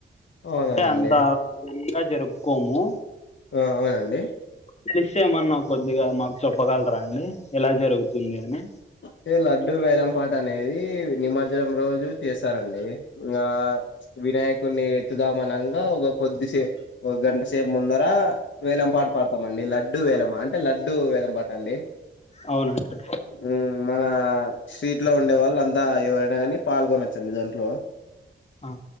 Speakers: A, on the left; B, on the left.
A: అవునా
B: అంటే
A: అండి
B: అంత గ జరుపుకోము
A: ఆ అవునండి
B: ఫ్లాష్ ఏమన్నా కొద్దిగా మాకు చెప్పగలరా అండి ఎలా జరుగుతుంది అని
A: అంటే లడ్డు వేలంపాట అనేది నిమజ్జనం రోజు చేస్తారండి ఇంగ వినాయకున్ని ఎత్తుదామనంగా ఒక కొద్దిసే ఒక గంట సేపు ముందర వేలం పాట పాడుతామండి లడ్డు వేలం అం టే లడ్డు వెలం పాట అండి
B: అవునండి
A: మ్మ్ మన స్ట్రీట్ లో ఉండే వాళ్ళు అంతా ఎవరైనా కానీ పాల్గొనవచ్చండి దాంట్లో
B: ఆ